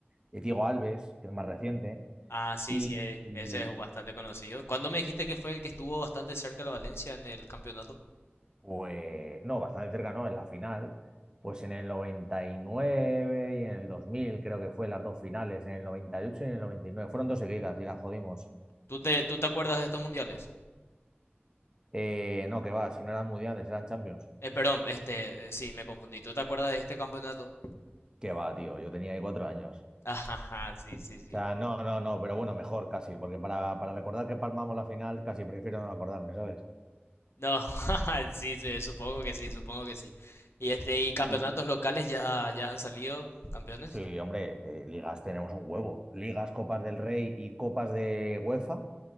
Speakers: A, on the right; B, on the left.
A: Eh, Diego Alves, que es más reciente.
B: Ah, sí,
A: Y,
B: sí, eh,
A: y,
B: ese es bastante conocido. ¿Cuándo me dijiste que fue el que estuvo bastante cerca de la Valencia en el campeonato?
A: pues, no, bastante cerca, no, en la final. Pues en el 99 y nueve y en el 2000, creo que fue las dos finales, en el 98 y ocho y en el 99. Fueron dos seguidas y las jodimos.
B: ¿Tú te, tú te acuerdas de estos mundiales?
A: Eh, no, que va, si no eran mundiales, eran champions.
B: Eh, perdón, este, eh, sí, me confundí. ¿Tú te acuerdas de este campeonato?
A: Que va, tío, yo tenía ahí cuatro años.
B: <laughs> Ajá, sí, sí, sí.
A: O sea,
B: bueno.
A: no, no, no, pero bueno, mejor casi, porque para, para recordar que palmamos la final, casi prefiero no acordarme, ¿sabes?
B: No, <laughs> sí, sí, supongo que sí, supongo que sí. ¿Y este, y campeonatos
A: Y,
B: locales ya, ya han salido campeones?
A: Sí, hombre, eh, ligas tenemos un huevo. Ligas, Copas del Rey y Copas de UEFA,